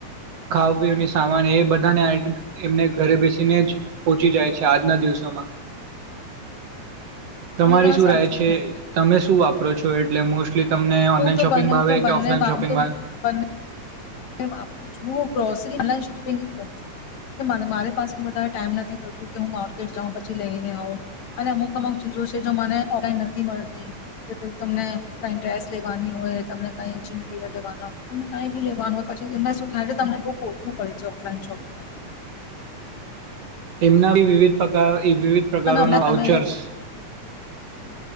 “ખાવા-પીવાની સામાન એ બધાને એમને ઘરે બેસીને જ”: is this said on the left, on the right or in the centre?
Right